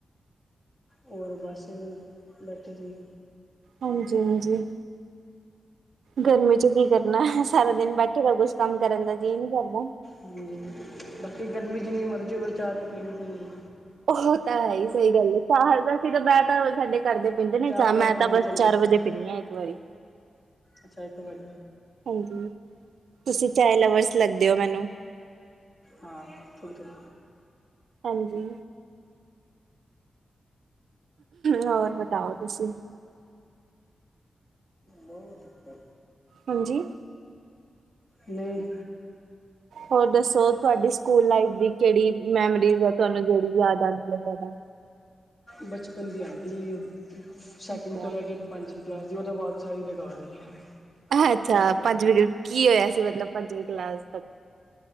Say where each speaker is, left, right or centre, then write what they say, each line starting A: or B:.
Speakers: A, on the left (about 35°); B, on the right (about 85°).
A: ਹੋਰ ਬਸ, ਬੈਠੇ ਸੀ।
B: ਹਾਂਜੀ- ਹਾਂਜੀ ਗਰਮੀ ਚ, ਕੀ ਕਰਨਾ ਏ। ਸਾਰਾ ਦਿਨ ਬੈਠੀ ਦਾ, ਬਸ ਕੁਛ ਕੰਮ ਕਰਨ, ਦਾ ਜੀਅ ਨੀ ਕਰਦਾ।
A: ਹੂੰ, ਬਾਕੀ ਗਰਮੀ, ਜਿੰਨੀ ਮਰਜ਼ੀ ਹੋਵੇ। ਚਾਹ ਤੇ ਪੀਣੀ- ਪੀਣੀ ਆ।
B: ਉਹ ਤਾਂ ਹੈ ਹੀ। ਸਹੀ ਗੱਲ ਹੈ। ਚਾਹ ਤਾਂ ਮੈਂ ਤਾਂ ਸਾਡੇ ਘਰਦੇ ਪੈਂਦੇ ਨੇ ਚਾਹ।
A: ਬਗੈਰ
B: ਮੈਂ
A: ਕੰਮ
B: ਤਾਂ
A: ਨਹੀਂ
B: ਬਸ
A: ਚੱਲਦਾ।
B: ਚਾਰ ਵਜੇ, ਪੀਣੀ ਆ। ਇੱਕ ਵਾਰੀ।
A: ਅੱਛਾ, ਇੱਕ ਵਾਰੀ।
B: ਹਾਂਜੀ। ਤੁਸੀਂ ਚਾਇ ਲਵਰਸ, ਲੱਗਦੇ ਹੋ, ਮੈਨੂੰ।
A: ਹਾਂ, ਥੋੜੀ- ਥੋੜੀ।
B: ਹਾਂਜੀ। ਹੋਰ ਬਤਾਓ ਤੁਸੀਂ?
A: ਹੋਰ ਦੱਸੋ?
B: ਹਾਂਜੀ।
A: ਨਹੀਂ।
B: ਹੋਰ ਦੱਸੋ? ਤੁਹਾਡੀ ਸਕੂਲ ਲਾਈਫ, ਦੀ ਕਿਹੜੀ ਮੈਮੋਰੀਜ਼ ਆ। ਤੁਹਾਨੂੰ ਬਹੁਤ ਜਿਹੜੀ, ਯਾਦ ਆਉਂਦੀ ਆ ਜਿਆਦਾ।
A: ਬਚਪਨ ਦੀ ਆਉਂਦੀ। ਸੈਕਿੰਡ
B: ਅੱਛਾ।
A: ਤੋਂ ਲੈ ਕੇ ਪੰਜੁ। ਕਲਾਸ ਦੀ। ਉਹ ਤੋਂ ਬਾਅਦ ਸਾਰੀ ਬੇਕਾਰ ਰਹੀਂਆਂ, ਹਨ। ਉਹ
B: ਅੱਛਾ
A: ਤੋਂ ਬਾਅਦ।
B: ਪੰਜਵੀਂ ਗ੍ਰੇਡ ਕੀ ਹੋਇਆ ਸੀ? ਮਤਲਬ ਪੰਜਵੀਂ ਕਲਾਸ।